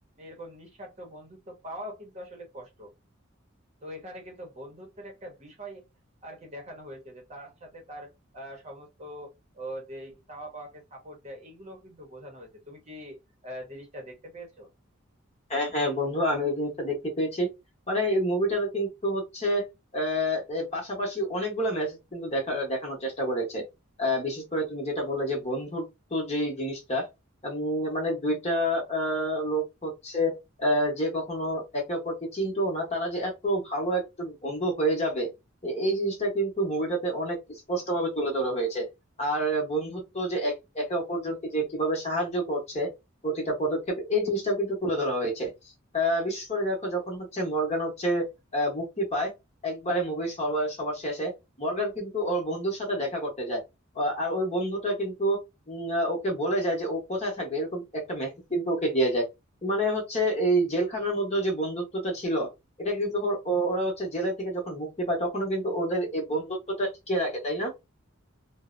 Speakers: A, on the right (about 35°); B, on the left (about 30°).
A: এরকম নিঃস্বার্থ বন্ধুত্ব পাওয়াও কিন্তু আসলে কষ্ট তো এখানে কিন্তু বন্ধুত্বের একটা বিষয় আর কি দেখানো হয়েছে যে তার সাথে তার আহ, সমস্ত ও, যে চাওয়া পাওয়াকে সাপোর্ট দেয় এইগুলো কিন্তু বোঝানো হয়েছে তুমি কি আহ, জিনিসটা দেখতে পেয়েছো
B: হ্যাঁ হ্যাঁ বন্ধু আমি ওই জিনিসটা দেখতে পেয়েছি মানে এই মুভিটাতে কিন্তু হচ্ছে আহ, এর পাশাপাশি অনেকগুলো মেসেজ কিন্তু দেখা দেখানোর চেষ্টা করেছে আহ, বিশেষ করে তুমি যেটা বললে যে বন্ধুত্ব যে জিনিসটা উম, মানে দুইটা আহ, লোক হচ্ছে আহ, যে কখনো একে অপরকে চিনতো না তারা যে এত ভালো একজন বন্ধু হয়ে যাবে এ- এই জিনিসটা কিন্তু মুভিটাতে অনেক স্পষ্ট ভাবে তুলে ধরা হয়েছে আর বন্ধুত্ব যে এক- একে অপরজনকে যে কিভাবে সাহায্য করছে প্রতিটা পদক্ষেপ এই জিনিসটা কিন্তু তুলে ধরা হয়েছে আহ, বিশেষ করে দেখো যখন হচ্ছে মর্গান হচ্ছে আহ, মুক্তি পায় একবারে মুভির সবার সবার শেষে মর্গান কিন্তু ওর বন্ধুর সাথে দেখা করতে যায় আহ, আর ওই বন্ধুটা কিন্তু উম, আহ, ওকে বলে যায় যে ও কোথায় থাকবে এরকম একটা মেসেজ কিন্তু ওকে দিয়ে যায় মানে হচ্ছে এই জেলখানার মধ্যে যে বন্ধুত্বটা ছিল এটা কিন্তু ওর- ও- ওরা হচ্ছে জেলে থেকে যখন মুক্তি পায় তখনও কিন্তু ওদের এই বন্ধুত্বটা টিকিয়ে রাখে তাই না